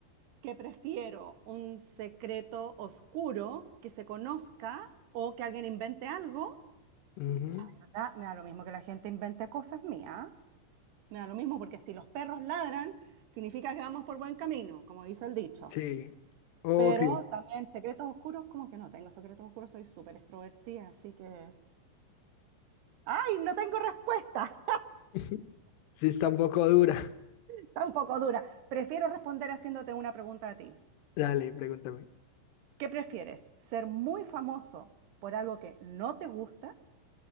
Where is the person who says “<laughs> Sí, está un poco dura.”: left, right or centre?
Left